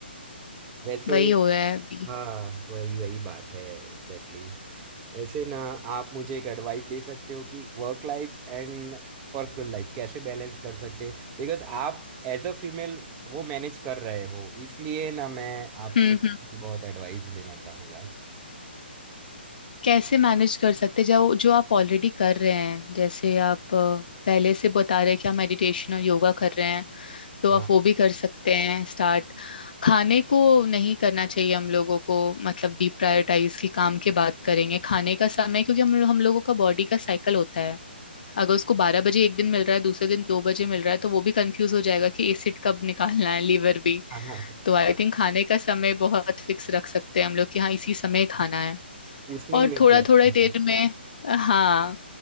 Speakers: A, on the right; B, on the left.
A: वैसे
B: वही हो रहा है अभी
A: हाँ वही वही बात है एग्जैक्टली exactly. वैसे ना आप मुझे एक एडवाइस दे सकते हो कि work life and personal life कैसे बैलेंस कर सकते हैं बिकॉज आप एज अ फीमेल वो मैनेज कर रहे हो इसलिए ना मैं आपसे
B: हम्म हम्म
A: बहुत एडवाइस लेना चाहूंगा
B: कैसे मैनेज कर सकते जो जो आप ऑलरेडी कर रहे हैं जैसे आप अ, पहले से बता रहे हैं कि आप मेडिटेशन और योगा कर रहे हैं तो
A: हाँ
B: आप वो भी कर सकते हैं स्टार्ट खाने को नहीं करना चाहिए हम लोगों को मतलब डिप्रायोटाइज की काम की बात करेंगे खाने का समय क्योंकि हम हम लोगों का बॉडी का साइकिल होता है अगर उसको बारह बजे एक दिन मिल रहा है दूसरे दिन दो बजे मिल रहा है तो वो भी कंफ्यूज हो जाएगा कि एसिड कब निकालना है लीवर भी
A: हाँ हाँ
B: तो आई थिंक खाने का समय बहुत फिक्स रख सकते हैं हम लोग कि हाँ इसी समय खाना है
A: उसमें
B: और
A: ही मेरा
B: थोड़ा
A: issue
B: थोड़ा देर
A: है।
B: में हाँ